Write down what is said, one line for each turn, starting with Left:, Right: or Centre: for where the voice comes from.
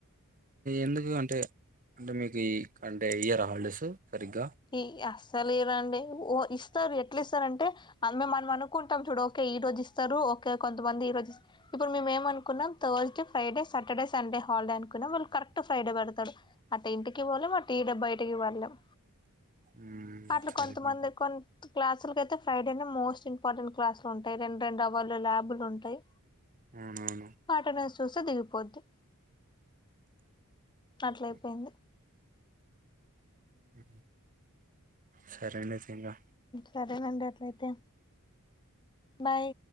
Right: ఎందుకు అంటే అంటే మీకు ఈ అంటే ఇయర్ హాలిడేస్ సరిగ్గా
Left: ఏ అస్ సర ఇవండి ఓ ఇస్తారు ఎట్లా ఇస్తారు అంటే అ మేము మనం అనుకుంటాం చూడు ఓకే ఈ రోజు ఇస్తారు ఓకే కొంతమంది ఈ రోజు ఇప్పుడు మేేమ అనుకున్నాం Thursday Friday Saturday Sunday holiday అనుకున్నాంళ కరెక్ట్ ఫ్రైడే పడతాడు అటు ఇంటికి పోలేం అటు ఈ డబ్బా బటికి పళ్లేం
Right: హ్మ్
Left: అట్లా
Right: సరిపోయింది
Left: కొంతమంది కొంత క్లాస్ అసలుకైతే ఫ్రైడేనే మోస్ట్ ఇంపార్టెట్ క్లాస్లు ఉంటాయి రెం రెండు అవర్లు ల్యాులు ఉంటాయి
Right: అవునవును
Left: మాటన చూస దిగిపోద్ది అట్ల
Right: ఆ
Left: అయిపోయింది
Right: హ సరైన తంగా
Left: సదే మడిట్ల అయితే బాయ్